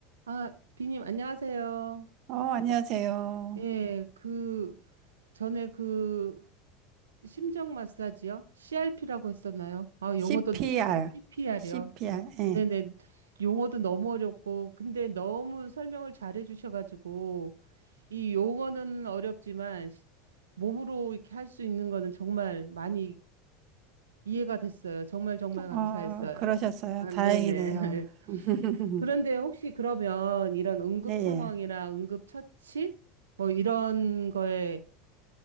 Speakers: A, on the right; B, on the right.
A: 아, 비님, 안녕하세요.
B: 어, 안녕하세요.
A: 예, 그, 전에 그, 심정 마사지요? CRP라고 했었나요? 아,
B: CPR,
A: 용어도, CPR이요?
B: CPR, 예.
A: 네네. 용어도 너무 어렵고, 근데 너무 설명을 잘해 주셔가지고, 이 용어는 어렵지만, 시- 몸으로 이렇게 할 수 있는 거는 정말 많이 이해가 됐어요. 정말 정말
B: 어,
A: 감사했어요.
B: 그러셨어요.
A: 아,
B: 다행이네요.
A: 네네.
B: <laughs>
A: 그런데 혹시 그러면 이런 응급
B: 네,
A: 상황이나
B: 예.
A: 응급 처치 뭐 이런 거에